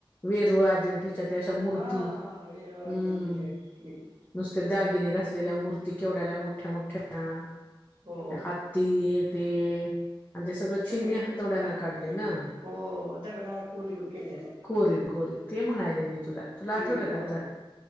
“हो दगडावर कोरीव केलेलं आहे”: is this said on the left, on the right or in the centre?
Right